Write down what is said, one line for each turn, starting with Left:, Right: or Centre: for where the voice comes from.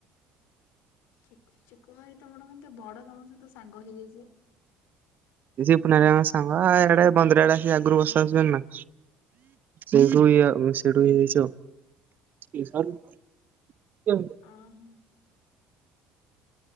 Left: ଚିକୁ ଚିକୁ ଭାଇ ତମଠୁ ମାନେ ତ ବଡ ତମ ସହିତ ସାଙ୍ଗ ହେଇଯାଇଚି।
Right: ଏ ସେଇ ପୁନାଦାଙ୍କ ସାଙ୍ଗ ଏଆଡେ ବନ୍ଦୁଟାଡେ ଆସିକି ଆଗୁରୁ ବସାବସି କରୁନା। ସେଇଠୁ ଇଏ ସେଇଠୁ ଇଏ ହେଇଯାଇଚି ଆଉ। <unintelligible>
Left: ଅଁ ହଁ।